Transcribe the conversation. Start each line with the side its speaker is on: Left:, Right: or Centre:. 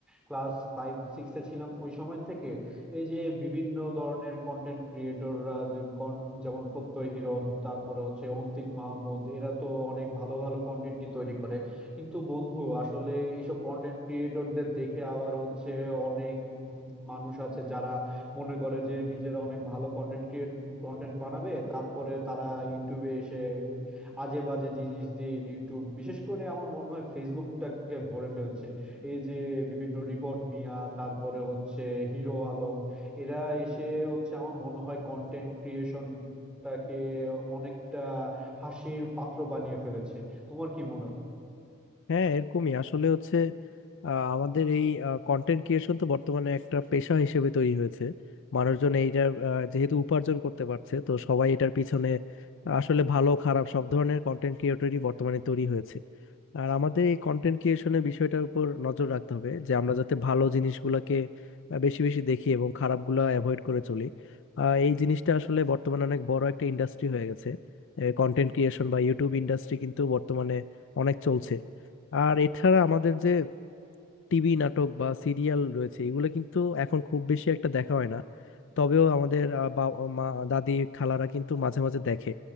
Centre: ক্লাস ফাইভ সিক্সে ছিলাম ওই সময় থেকে এই যে বিভিন্ন ধরনের কন্টেন্ট ক্রিয়েটররা যেমন প্রত্যয় হিরণ তারপরে হচ্ছে অন্তিক মাহমুদ এরা তো অনেক ভালো ভালো কন্টেন্টই তৈরি করে কিন্তু বন্ধু আসলে এইসব কন্টেন্ট ক্রিয়েটরদের দেখে আবার হচ্ছে অনেক মানুষ আছে যারা মনে করে যে নিজেরা অনেক ভালো কন্টেন্ট ক্রিয়েট কন্টেন্ট বানাবে তারপরে তারা ইউটিউবে এসে আজে বাজে জিনিস দিয়ে ইউটিউব বিশেষ করে আমার মনে হয় ফেসবুকটাকে ভরে ফেলছে এই যে বিভিন্ন রিপোর্ট মিয়া তারপরে হচ্ছে হিরো আলম এরা এসে হচ্ছে আমার মনে হয় কন্টেন্ট ক্রিয়েশনটাকে অনেকটা হাসির পাত্র বানিয়ে ফেলেছে তোমার কি মনে হয়
Left: হ্যাঁ এরকমই আসলে হচ্ছে আহ, আমাদের এই কন্টেন্ট ক্রিয়েশন তো বর্তমানে একটা পেশা হিসেবে তৈরি হয়েছে মানুষজন এইটার আহ, যেহেতু উপার্জন করতে পারছে তো সবাই এটার পিছনে আসলে ভালো খারাপ সব ধরনের কন্টেন্ট ক্রিয়েটরই বর্তমানে তৈরি হয়েছে আর আমাদের এই কন্টেন্ট ক্রিয়েশনের বিষয়টার উপর নজর রাখতে হবে যে আমরা যাতে ভালো জিনিসগুলোকে আহ, বেশি বেশি দেখি এবং খারাপগুলো অ্যাভয়েড করে চলি আহ, এই জিনিসটা আসলে বর্তমানে অনেক বড় একটা ইন্ডাস্ট্রি হয়ে গেছে কন্টেন্ট ক্রিয়েশন বা ইউটিউব ইন্ডাস্ট্রি কিন্তু বর্তমানে অনেক চলছে আর এছাড়া আমাদের যে টিভি নাটক বা সিরিয়াল রয়েছে এগুলো কিন্তু এখন খুব বেশি একটা দেখা হয় না তবেও আমাদের আহ, বা- মা দাদি খালারা কিন্তু মাঝে মাঝে দেখে